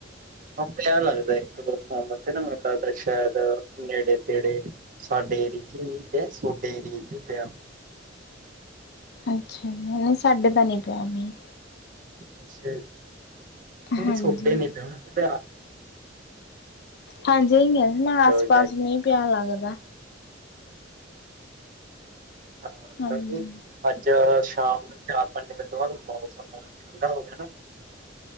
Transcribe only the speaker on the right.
ਆਪਣੇ ਆਲਾ ਲੱਗਦਾ ਇਕ ਦੋ ਥਾਂ ਸ਼ਾਇਦ ਨੇੜੇ ਤੇੜੇ ਸਾਡੇ ਏਰੀਏ 'ਚ ਮੀਂਹ ਪਿਆ, ਤੁਹਾਡੇ ਏਰੀਏ 'ਚ ਨਈ ਪਿਆ।
ਅੱਛਾ ਜੀ, ਨਹੀਂ
ਸੋਡੇ ਨੀ ਪਿਆ ਹੋਣਾ, ਪਿਆ।
ਆ
ਹਾਂ
ਕਿਉਂਕਿ ਅੱਜ ਸ਼ਾਮ ਨੂੰ ਚਾਰ-ਪੰਜ ਵਜੇ ਤੋਂ ਬਾਅਦ ਮੌਸਮ ਠੰਡਾ, ਹੋ ਗਿਆ ਨਾ।